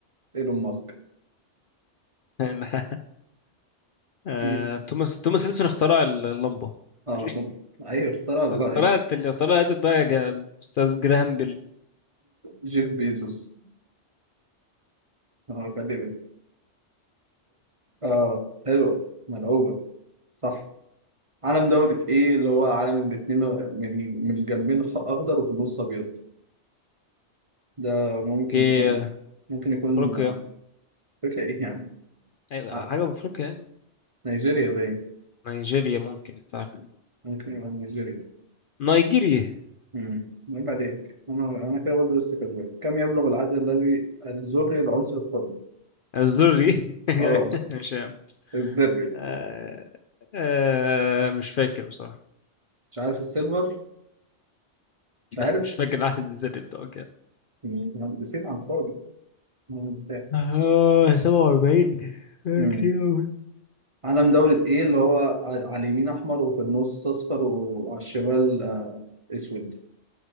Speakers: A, on the right; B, on the left.
A: ايلون ماسك
B: <laughs> لا. آه،
A: مين
B: توماس توماس اديسون اخترع اللمبه
A: اه
B: ماشي
A: طب ايوه اخترع الله
B: اخترعت اللي اخترعت بقى يا جا- استاذ جراهام بيل
A: جيف بيزوس اه كلمة اه حلوة ملعوبة صح علم دولة ايه اللي هو علم الاتنين من من الجنبين خ- اخضر وفي النص ابيض ده ممكن
B: في
A: يكون ممكن يكون
B: افريقيا
A: آه، فكرة ايه يعني
B: ايوه
A: ع-
B: حاجه في افريقيا يعني
A: نيجيريا باين
B: نيجيريا ممكن فعلا
A: ممكن يبقى نيجيريا
B: نيجيريا
A: امم عيب عليك انا انا كده برضه لسه كسبان كم يبلغ العدد الذي الذري العنصر الفضي
B: الزوري <laughs> يعني
A: اه
B: مش عارف.
A: الذري
B: آه، آه، مش فاكر بصراحه
A: مش عارف السيلفر مش عارف
B: لا مش فاكر العدد الذري بتاعه كام
A: مم. نسيت عن فاضي مم، فاهم.
B: اه 47 آه،
A: مم.
B: كتير أوي
A: علم دولة ايه اللي هو على على اليمين احمر وفي النص اصفر وعلى الشمال آه، اسود